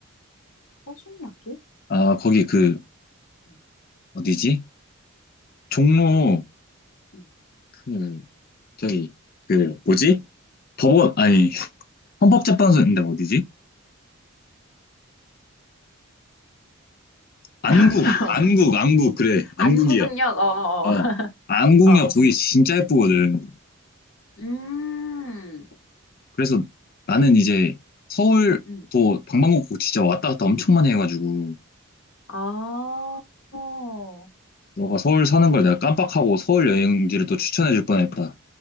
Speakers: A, on the left (about 75°); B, on the left (about 45°).
A: 서순례길?
B: 아, 거기 그
A: 응.
B: 어디지? 종로
A: 응.
B: 그 저기 그 뭐지? 법원 아니 헌법재판소인데 어디지? 안국
A: <laughs>
B: 안국 안국 그래 안국이야.
A: 안국역, 어, 어,
B: 어 안국역
A: 어. 어.
B: 거기 진짜 예쁘거든.
A: 음,
B: 그래서 나는 이제 서울도
A: 응. 응.
B: 방방곡곡 진짜 왔다 갔다 엄청 많이 해가지고
A: 아, 어.
B: 너가 서울 사는 걸 내가 깜빡하고 서울 여행지를 또 추천해줄 뻔했다.